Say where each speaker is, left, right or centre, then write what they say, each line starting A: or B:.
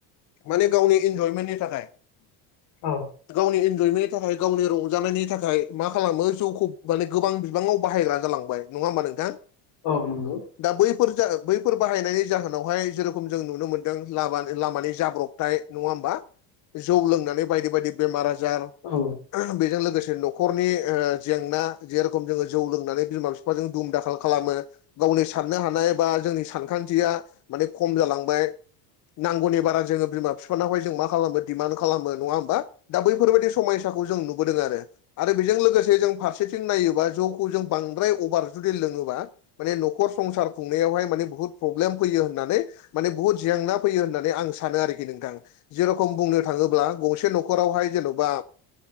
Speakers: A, on the left; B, on the left.
A: माने गावनि इन्जयमेन्टनि थाखाय
B: औ
A: गावनि इन्जयमेन्टनि थाखाय गावनि रंजानायनि थाखाय मा खालामो जौखौ माने गोबां बिबाङाव बाहायग्रा जालाङो <unintelligible> नङाहोमबा नोंथां
B: औ नोंगौ
A: दा बैफोर जा बैफोर बाहायनायनि जाहोनावहाय जेरेखम जों नुनो मोनदों लाम लामानि जाब्रब थाय नङा होमबा जौ लोंनानै बायदि- बायदि बेमार आजार
B: औ
A: बेजों लोगोसे न'खरनि ओहो जेंना जेरेखम जोङो जौ लोंनानै बिमा फि जों दुम दाखाल खालामो गावनि साननो हानाय बा जोंनि सानखान्थिया माने खम जालांबाय। नांगौनि बारा जोङो बिमा फि नावहाय जों मा खालामो दिमान्ड खालामो नङा होमबा दा बैफोरबायाददि समयसाखौ जों नुबोदों आरो। आरो बेजों लोगोसे जों फारसेथिं नायोबा जौखौ जों बांद्राय अभार जुदि लोङोबा माने न'खर संसार खुंनायावहाय माने बुहुद प्रब्लेम फैयो होननानै माने बुहुत जेंना फैयो होननानै आं सानो आरोखि नोंथां। जि रखम बुंनो थाङोब्ला गंसे न'खरावहाय जेन'बा